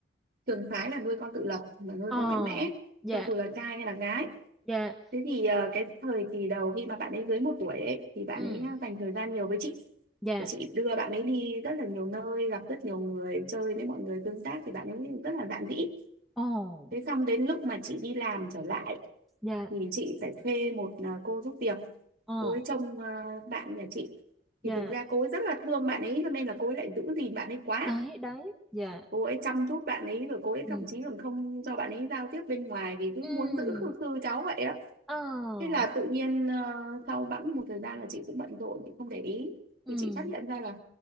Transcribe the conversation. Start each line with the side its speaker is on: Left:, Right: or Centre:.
Right: trường phái là nuôi con tự lập mà nuôi
Centre: Ờ,
Right: con mạnh mẽ
Centre: dạ,
Right: cho dù là trai hay là gái
Centre: dạ.
Right: thế thì ờ, cái thời kỳ đầu khi mà bạn ấy dưới một tuổi ấy thì bạn
Centre: Ừ,
Right: ấy ờ, dành thời gian nhiều với chị
Centre: dạ.
Right: và chị đưa bạn ấy đi rất là nhiều nơi gặp rất nhiều người chơi với mọi người tương tác thì bạn ấy rất là dạn dĩ
Centre: Ồ,
Right: thế xong đến lúc mà chị đi làm trở lại
Centre: dạ.
Right: thì chị phải thuê một à, cô giúp việc
Centre: Ờ,
Right: cô ấy trông ờ, bạn nhà chị
Centre: dạ.
Right: thì thực ra cô ấy rất là thương bạn ấy cho nên là cô ấy lại giữ gìn bạn ấy quá
Centre: Đấy, đấy, dạ.
Right: cô ấy chăm chút bạn ấy rồi cô ấy
Centre: Ừ.
Right: thậm chí còn không cho bạn ấy giao tiếp bên ngoài vì cứ
Centre: Ừ.
Right: muốn giữ khư khư cháu vậy á
Centre: Ờ.
Right: thế là tự nhiên ờ, sau bẵng một thời gian là chị cũng bận rộn chị không để ý
Centre: Ừ.
Right: thì chị phát hiện ra là